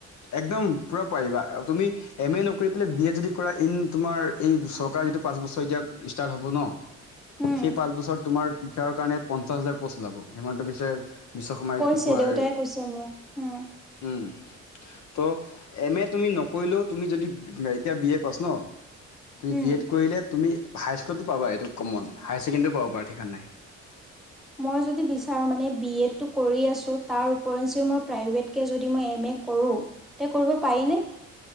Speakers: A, on the left; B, in the centre.
A: একদম পুৰা পাৰিবা। আৰু তুমি এম এ নকৰি পেলাই বি এড যদি কৰা। ইন তোমাৰ, এই চৰকাৰ যিটো পাঁচ বছৰ এতিয়া ষ্টাৰ্ট হ'ব ন'।
B: উম।
A: সেই পাঁচ বছৰ তোমাৰ টিচাৰৰ কাৰণে পঞ্চাশ হাজাৰ পষ্ট ওলাব। হিমন্ত বিশ্বেই বিশ্ব শৰ্মাই
B: কৈছে
A: এইটো তোমাৰ
B: দেউতাই
A: এই,
B: কৈছে মোক হম
A: উম। ত', এম এ তুমি নকৰিলেও তুমি যদি, এতিয়া বি এ পাছ ন'? তুমি
B: উম
A: বি এড কৰিলে তুমি হাইস্কুলতো পাবা, এইটো কমন। হায় ছেকেণ্ডেৰীও পাব পাৰা ঠিকাণ নাই।
B: মই যদি বিচাৰোঁ মানে বি এডটো কৰি আছোঁ। তাৰ উপৰিঞ্চি মই প্ৰাইভেটকে যদি মই এম এ কৰো তে, কৰিব পাৰি নে?